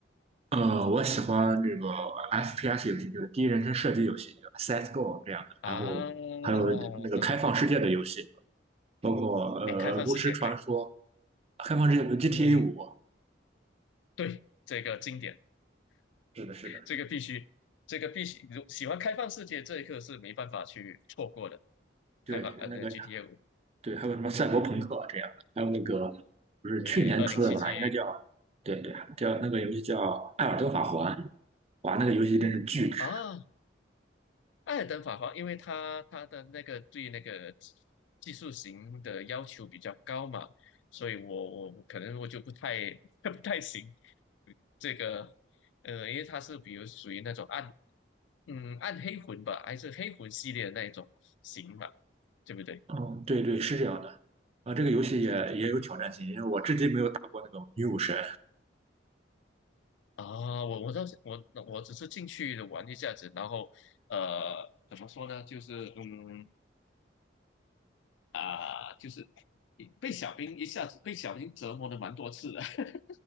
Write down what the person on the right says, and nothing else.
呃，我喜欢这个 FPS 游戏，就是第一人称射击游戏，CS:GO 这样的，
然后还有那个开放世界的游戏，
包括呃《炉石传说》、
开放世界的 GTA
五，
是的，是的，
对，
是那个
对，还有什么赛博朋克这样的，
还有那个不是去年出的吧，
应该叫对对，叫那个游戏叫《艾尔登法环》，哇，那个游戏真是巨值。
嗯，对对，是这样的啊，这个游戏也也有挑战性，因为我至今没有打过那种女武神，